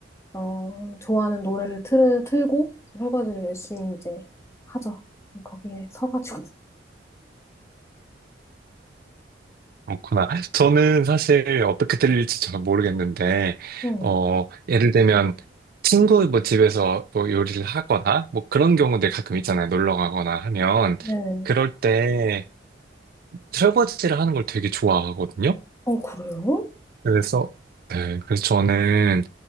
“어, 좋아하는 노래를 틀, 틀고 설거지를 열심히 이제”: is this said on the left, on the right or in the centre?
Left